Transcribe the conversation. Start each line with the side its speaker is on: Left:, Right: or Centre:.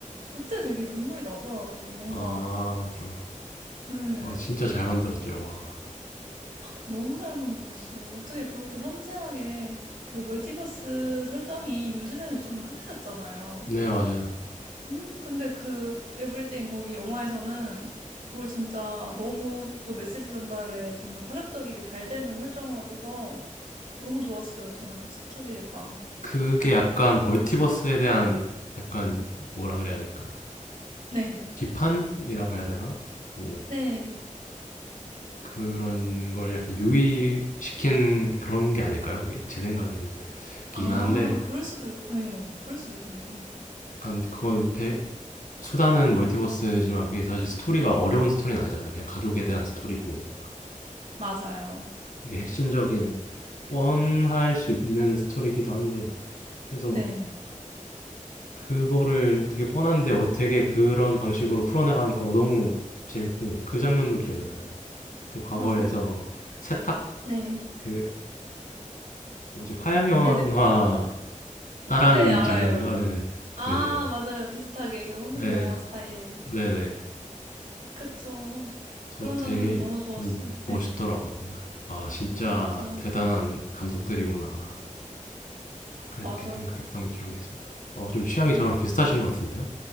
Right: 그때 되게 눈물이 나더라고요. 뭔가,
Left: 아, 그죠.
Right: 네.
Left: 렇 어, 진짜 잘 만들었죠, 영화.
Right: 너무 잘 만들었어요. 어떻게 그렇게 섬세하게 그 그 멀티버스 설정이 요즘에는 좀 흔해졌잖아요.
Left: 네, 맞아요.
Right: 음, 근데 그 에브리띵 거기 영화에서는 그걸 진짜 너무 또 메시지 전달에 정말 파격적이게 잘 되는 설정을 써서 너무 좋았어요. 저는 그 스토리가.
Left: 그게 약간 멀티버스에 대한 약간 뭐라 그래야 될까?
Right: 네.
Left: 비판이라고 해야 되나? 뭐,
Right: 네.
Left: 그런 걸 약간 유의시킨 그런 게 아닐까요, 그게? 제 생각엔. 기긴
Right: 아
Left: 한데
Right: 그럴 수도 예. 그럴 수도 있겠네요.
Left: 약간 그건 배 수다는 멀티버스지만 그게 사실 스토리가 어려운 스토리는 아니잖아요. 그냥 가족에 대한 스토리고
Right: 맞아요.
Left: 되게 핵심적인 뻔할 수 있는 스토리이기도 한데 그래서
Right: 네.
Left: 그거를 되게 뻔한데 어떻게 그런 방식으로 풀어나가니까 어, 너무 재밌고 그 장면도 기억이 나요. 그 과거에서
Right: 맞아요.
Left: 세탁
Right: 네.
Left: 그 뭐지 화양 연화
Right: 네네.
Left: 따라한
Right: 네 알아요.
Left: 장면인가? 네네
Right: 아
Left: 그
Right: 맞아요. 비슷하게 그 한국
Left: 네
Right: 영화 스타일.
Left: 네네
Right: 그쵸.
Left: 그래서
Right: 그런
Left: 되게
Right: 장면도 너무 좋았어요.
Left: 멋있더라고요.
Right: 네
Left: 아, 진짜
Right: 맞아요.
Left: 대단한 감독들이구나. 그렇게
Right: 맞아요.
Left: 생각했던 기억이 있습니다. 어, 좀 취향이
Right: 네.
Left: 저랑 비슷하신 것 같은데요?